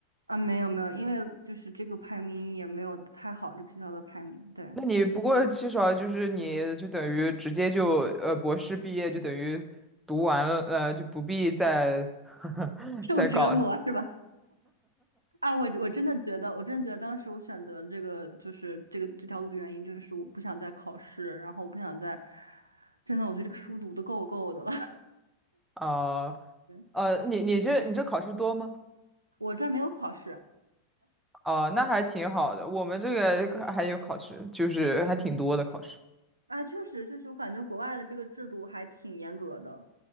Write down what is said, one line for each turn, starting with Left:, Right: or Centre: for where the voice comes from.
Right: 啊，没有没有，因为就是这个排名也没有太好，这个学校的排名，对，
Centre: 那你不过至少就是你就等于直接就呃博士毕业就等于读完了，呃就不必再 <laughs>
Right: 受折磨是吧？
Centre: 再搞了
Right: 啊，我我真的觉得，我真的觉得当时我选择这个就是这个这条路的原因，就是我不想再考试，然后我不想再，真的，我觉得这个书读的够够的了。<laughs>
Centre: 啊
Right: 对，
Centre: 呃，你你这你这考试多吗？
Right: 我这儿没有考试。
Centre: 哦，那还挺好的。
Right: 对，
Centre: 我们这个还有考试，就是还挺多的考试。
Right: 啊，确实确实，我感觉国外的这个制度还挺严格的。